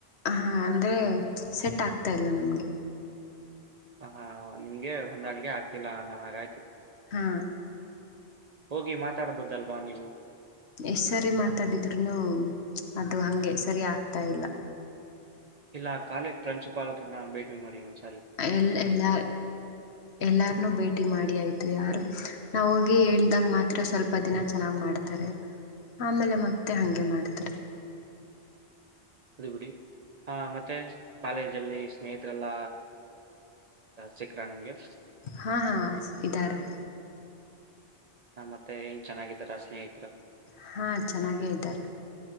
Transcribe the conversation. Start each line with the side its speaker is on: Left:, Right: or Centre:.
Left: ಹ ಅಂದ್ರೆ ಸೆಟ್ ಆಗ್ತಾ ಇಲ್ಲ ನಮ್ಗೆ
Right: ಹ ಹಾ ನಿಮ್ಗೆ ಹೊಂದಾಳಿಕ ಆಗ್ತಿಲ್ಲಾ ನ ಹಾಗಾಯ್ತು
Left: ಹಾ
Right: ಹೋಗಿ ಮಾತಾಡ್ಬೋದಲ್ವಾ ನೀವು
Left: ಎಷ್ಟ್ ಸರಿ ಮಾತಾಡಿದ್ರು ನು ಅದು ಹಂಗೆ ಸರಿ ಆಗ್ತಾ ಇಲ್ಲ
Right: ಇಲ್ಲ ಕಾಲೇಜ್ ಪ್ರಿನ್ಸಿಪಾಲ್ರನ ಭೇಟಿ ಮಾಡಿ ಒಂದಸ
Left: ಎಲ್ಲ ಎಲ್ಲ ಎಲ್ಲಾರನು ಭೇಟಿ ಮಾಡಿ ಆಯ್ತು ಯಾರು ನಾವು ಹೋಗಿ ಹೇಳದಾಗ ಮಾತ್ರ ಸ್ವಲ್ಪ ದಿನ ಚೆನ್ನಾಗಿ ಮಾಡ್ತಾರೆ ಆಮೇಲೆ ಮತ್ತೆ ಹಾಗೆ ಮಾಡ್ತಾರೆ
Right: ಅದು ಬಿಡಿ ಆ ಮತ್ತೆ ಕಾಲೇಜಲ್ಲಿ ಸ್ನೇಹಿತರೆಲ್ಲ ಸಿಕ್ಕರ ನಿಂಗೆ
Left: ಹಾ ಹಾ ಇದ್ದಾರೆ
Right: ಹ ಮತ್ತೆ ಏನ್ ಚೆನ್ನಾಗಿದ್ದಾರಾ ಸ್ನೇಹಿ
Left: ಹಾಂ ಚೆನ್ನಾಗೇ ಇದ್ದಾರೆ